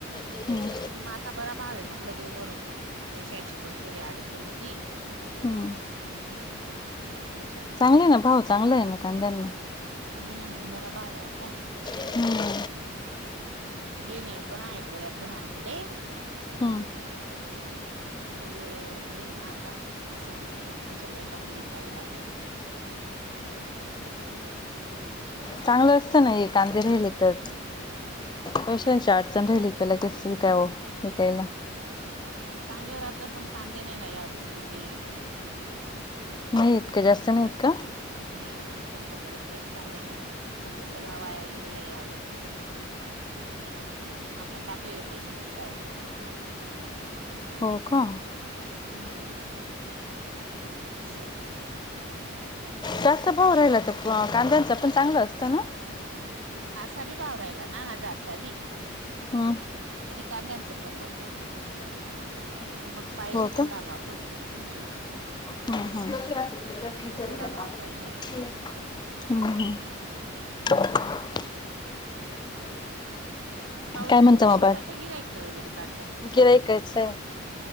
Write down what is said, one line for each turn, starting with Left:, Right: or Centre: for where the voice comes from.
Left: हम्म
Right: पण मग आता बरा भाव म आपलं देव करुन पैशाची पण थोडी अडचण होती
Left: हम्म
Right: त्याच्यामुळे
Left: चांगलंयं ना भाव चांगलंय ना कांद्यांना
Right: हुं बरा भावयं आता.
Left: हुं.
Right: हं गेणे‌ पण हायं बराज जणांना कडे.
Left: हम्म
Right: पण मग वेळेवर नायी नां आता असहून गेलं त्याच्यामुळे कांदे विकावे लागले. <inaudible>
Left: चांगलं असतं ना हे कांदे राहिले तर पैशाची अडचण राहिली की, लगेच विकाव विकायला.
Right: चांगलं राहत. पण कांदे नाय न यावेेळेस एवढे
Left: नाहीयेत का जास्त नाहीयेत का?
Right: नाही ना खर्च करून काहीच कांदे नाहीये, खर्च सगळा वाया गेलेलाय यावेळेसं. <inaudible> आपण टाकलेले पैसे निघताय फक्त तिथं
Left: हो का
Right: हुं, असंय
Left: जास्त भाव राहिला त, कांद्यांचा पण चांगलं असतं ना
Right: असा बी भाव राहिला ना जारचा बी
Left: हू
Right: तरी कांद्यांचं परवडत. पण मग पाहिजे
Left: हो
Right: तेवढा
Left: का
Right: भाव, कसं हम्म
Left: <unintelligible>
Right: तेवढा भाव
Left: हं
Right: पाहिजे
Left: हं
Right: ब्लाऊज
Left: काय म्हणता
Right: तुमच शिवताय
Left: मग बाकी
Right: काय, गिरायकच वगैरे काढताय.
Left: गिऱ्हाईकाचं आहे